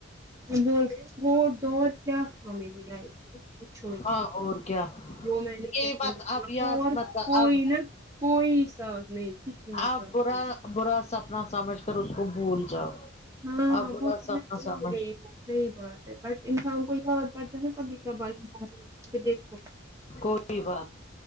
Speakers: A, on the right (about 15°); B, on the left (about 35°).
A: بول رہ دور کیا تھا میری لائف میں پوچھو ہی مت
B: ہاں اور کیا
A: وہ میں نے
B: یہ
A: کیسے
B: بات
A: نکلا
B: اب یاد
A: اور
B: مت کر،
A: کوئی
B: اب
A: نا کوئی ساٹھ نہیں کسی نے
B: آپ
A: ساتھ
B: برا برا سپنا سمجھ کر اس کو بھول جاؤ
A: ہاں
B: آپ
A: ہاں
B: برا
A: وہ تو
B: سپنا
A: میں
B: سمجھ
A: بھول گئی ہوں صحیح بات ہے بٹ انسان کو یاد پتا نہ کبھی کبار دیکھو
B: کوئی بات